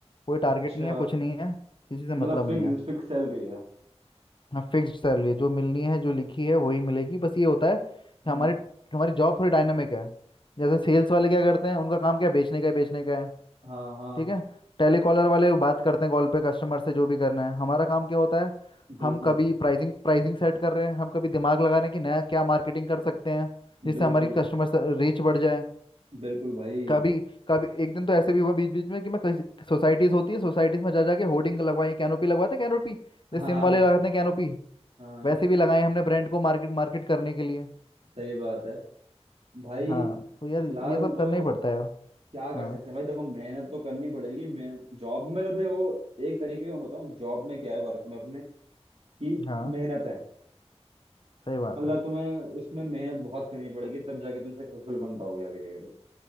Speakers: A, on the left; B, on the right.
A: कोई टारगेट
B: अच्छा
A: नहीं है कुछ नहीं है किसी से मतलब
B: मतलब फिक्स
A: नहीं है
B: फिक्स सैलरी है
A: हाँ फिक्स्ड सैलरी जो मिलनी है जो लिखी है वही मिलेगी बस ये होता है कि
B: हम्म
A: हमारी हमारी जॉब थोड़ी डायनामिक है जैसे सेल्स वाले क्या करते हैं उनका काम क्या है बेचने का है बेचने का है
B: हाँ हाँ
A: ठीक है टेलीकॉलर वाले बात करते हैं कॉल पे कस्टमर से जो भी करना है हमारा काम क्या होता है
B: बिल्कुल
A: हम कभी प्राइसिंग प्राइसिंग सेट कर रहे हैं हम कभी दिमाग लगा रहे हैं कि नया क्या मार्केटिंग कर सकते हैं जिससे
B: बिल्कुल
A: हमारी कस्टमर रीच बढ़ जाए
B: बिल्कुल भाई
A: कभी कभी एक दिन तो ऐसे भी हुआ बीच बीच में कि मैं कहीं सोसाइटीज होती है सोसाइटीज में जा जाके होर्डिंग लगवाई कैनोपी लगवाते हैं कैनोपी जैसे
B: हाँ
A: सिम वाले
B: हाँ
A: लगाते हैं कैनोपी
B: हाँ,
A: वैसे भी लगाए हैं हमने ब्रांड को मार्केट मार्केट करने के लिए
B: सही बात है भाई
A: हाँ तो यार ये
B: फिलहाल
A: सब
B: तो
A: करना ही पड़ता है यार
B: क्या कर
A: हाँ
B: सकते हैं भाई देखो मेहनत तो करनी पड़ेगी मे- जॉब में तो देखो एक तरीके का मैं बताऊं जॉब में क्या है वर्क में अपने कि
A: हाँ
B: मेहनत है
A: सही बात
B: मतलब
A: है
B: तुम्हें उसमें मेहनत बहुत करनी पड़ेगी तब जाके तुम सक्सेसफुल बन पाओगे आगे जाके